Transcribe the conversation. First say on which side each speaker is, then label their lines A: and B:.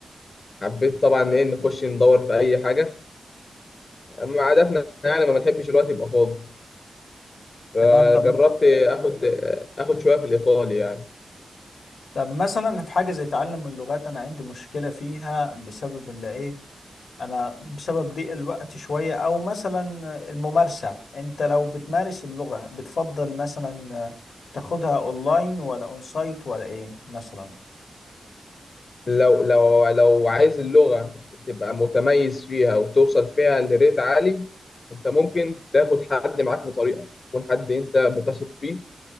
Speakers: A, on the left; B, on the left.
A: فحبيت طبعا ايه نخش ندور في اي حاجه اما عاداتنا يعني ما بنحبش الوقت يبقى فاضي فجربت
B: تمام طب
A: اخد اخد شويه في الايطالي يعني
B: طب مثلا في حاجه زي تعلم اللغات انا عندي مشكله فيها بسبب اللي ايه انا بسبب ضيق الوقت شويه او مثلا الممارسه انت لو بتمارس اللغه بتفضل مثلا آه، تاخدها اونلاين ولا اون سايت ولا ايه مثلا
A: لو لو لو عايز اللغه تبقى متميز فيها وتوصل فيها لريت عالي انت ممكن تاخد حد معاك في طريقك يكون حد انت بتثق فيه